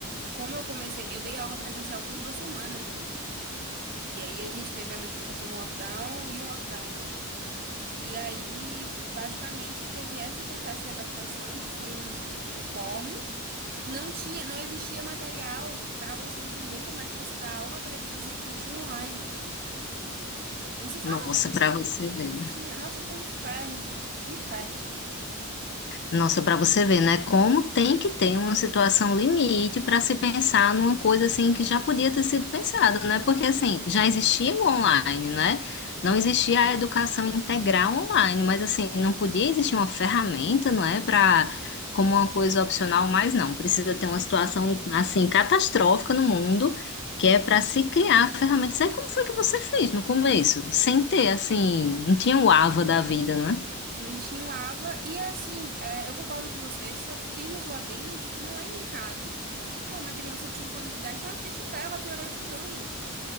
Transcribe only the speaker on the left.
Nossa,
pra você
ver.
Nossa, para você ver, né? Como tem que ter uma situação limite para se pensar numa coisa assim que já podia ter sido pensada, né? Porque assim, já existia o online, né? Não existia a educação integral online, mas assim, não podia existir uma ferramenta, não é? Para como uma coisa opcional, mas não. Precisa ter uma situação assim catastrófica no mundo que é para se criar ferramentas. É como foi que você fez no começo, sem ter assim, não tinha o Ava da vida, né?